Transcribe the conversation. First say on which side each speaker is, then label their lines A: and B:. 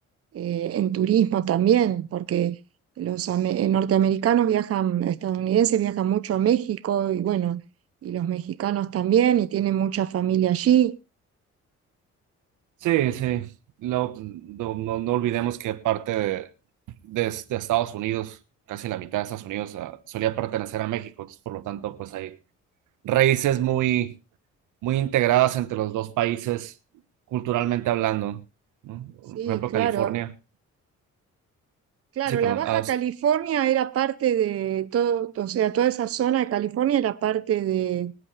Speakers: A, on the right; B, on the right.
A: eh, en turismo también, porque los ame- eh, norteamericanos viajan, estadounidenses viajan mucho a México y bueno, y los mexicanos también, y tienen mucha familia allí.
B: Sí, sí. Lo- no, no, no olvidemos que parte de, de, de Estados Unidos, casi la mitad de Estados Unidos ah, solía pertenecer a México, entonces, por lo tanto, pues hay raíces muy, muy integradas entre los dos países culturalmente hablando, ¿no?
A: Sí,
B: Por ejemplo,
A: claro.
B: California,
A: Claro,
B: sí, perdón,
A: la Baja
B: ah,
A: California era parte de todo, o sea, toda esa zona de California era parte de,